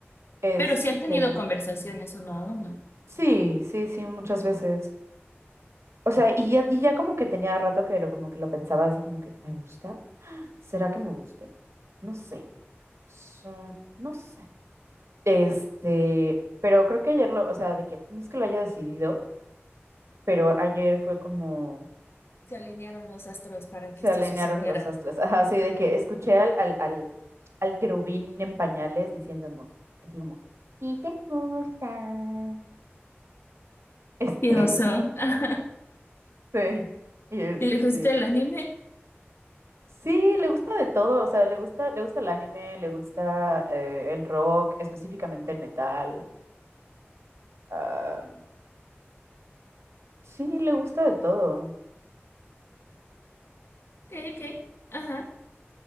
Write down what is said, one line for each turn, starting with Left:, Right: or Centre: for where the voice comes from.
Right: Este,
Left: Pero sí han tenido conversaciones uno a uno.
Right: sí, sí, sí, muchas veces. O sea, y ya, y ya como que tenía rato que lo, como que lo pensaba así como que, ¿me gusta? ¿Será que me guste? No sé. Sí, no sé. Este, pero creo que ayer lo, o sea, de que, no es que lo haya decidido, pero ayer fue como,
Left: Se alinearon los astros para
Right: se
Left: que esto
Right: alinearon
Left: sucediera.
Right: los astros. Ajá, sí, de que escuché al, al, al, al querubín en pañales diciéndome, así como, si te gusta. Este,
Left: Qué oso.
Right: <laughs>
Left: Ah,
Right: sí, y este,
Left: ¿y le gusta el anime?
Right: sí, le gusta de todo, o sea, le gusta, le gusta el anime, le gusta eh, el rock, específicamente el metal, ah, sí, le gusta de todo.
Left: Ok, ok. Ajá.